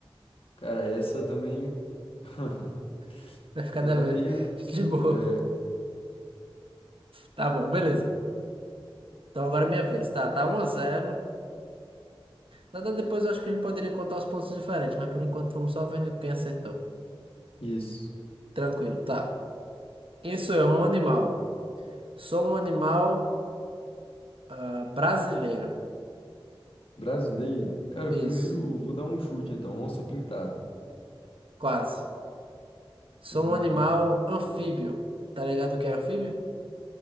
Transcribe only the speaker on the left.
Cara, essa também. <laughs>
Essa
tá meio.
É,
isso.
Brasileiro. Cara,
primeiro vou dar um chute então. Onça pintada.
Hum,